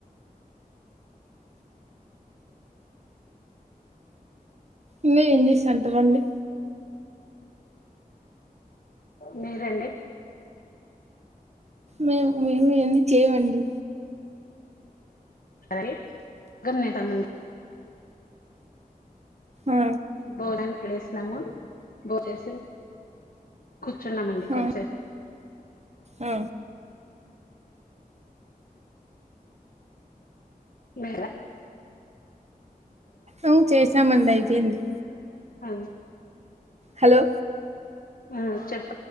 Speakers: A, on the right; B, on the left.
A: ఇంకా ఏం చే సెంటర్ అండి
B: మీరండి
A: మేము మేము ఏన్ని చేయవండి
B: సరే గమ నతముంది
A: ఆ
B: బో ఇక్కడ వేస్తుినాము బోసి కూర్చున్నామండి
A: ఆ
B: కొంచెసేపు
A: ఆ
B: మేడం
A: అ చేసామంది అయిపోయింది
B: అ
A: హలో
B: ఆ చెప్ప